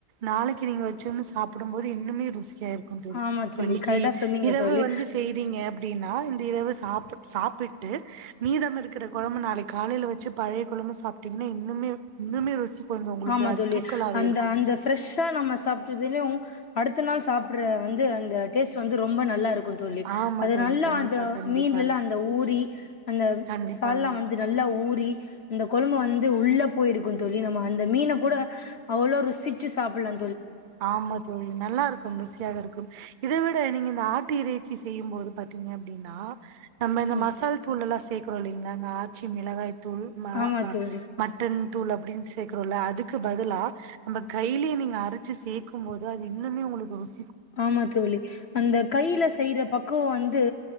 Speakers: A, on the right (about 65°); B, on the left (about 50°).
A: நாளைக்கு நீங்க வெச்சிருந்து சாப்படம் போது இன்னுமே ருசி கியா இருக்குந் தோழி
B: ஆமா தோழி
A: ப்பன்னிக்கி
B: கரெக்டா சொன்னீங்க
A: இரவு
B: தோழி
A: வந்துஸ் கிரீங்க அப்டீன்னா இந்த இரவு சாப்பு சாப்பிட்டு மீதம் இருக்கற கொழம்ப நாளைக் காலைல வெச்சு பழைய கொழம்பு சாப்ட்டீங்ன்ன இன்னுமே இன்னுமே ருசி கொஞ்சோ உங்களுக்கு
B: ஆமா
A: அது
B: தோழி
A: தூக்கலாவே
B: அந்த
A: இருக்கு
B: அந்த ஃரெஷ்ஷா நம்ம சாப் ட்றதிலியு அடுத்த நாள் சாப்பட்ற வந்து அந்த டேஸ்ட் வந்து ரொம்ப நல்லாரு க்கு தோழி
A: ஆமா
B: அது
A: தோழி
B: நல்ல
A: கண்டிப்பா
B: அந்த
A: கண்டிப்பாக
B: மீன்லல்லா அந்த ஊறி அந்த
A: கண்டிப்பாக
B: சால்னா வந்து நல்லா ஊறி அந்த கொழம்பு வ து உள்ள போயிருக்குந் தோழி நம்ம அந்த மீன கூட அவ்ளோ ருஸ் சிச்சு சாப்பல்லா
A: ஆம்மா தோழி நல்லா இருக்கும் ருசியாக இருக்கும் இத வி ட நீங்க இந்த ஆட்டு இறைச்சி செய்யும்போது பாத்தீங்க அப்டினா நம்ம இந்த
B: ம்
A: மசால் தூள் எல்லா சேக்றோ இல்லிங் அ அந்த ஆச்சி மிளகாய் தூள் ம
B: ஆமா
A: அ
B: தோழி
A: மட்டன் தூள் அப்டின் சேக்றோல்ல அதுக்கு பதிலா நம்ப கைலியே நீங்க அர ச்சு சேக்கும் போது அது இன்னுமே உங்குளுக்கு வ் ஸ்
B: ஆமா தோழி அந்த கையில செய்ற பக்குவோ வந்து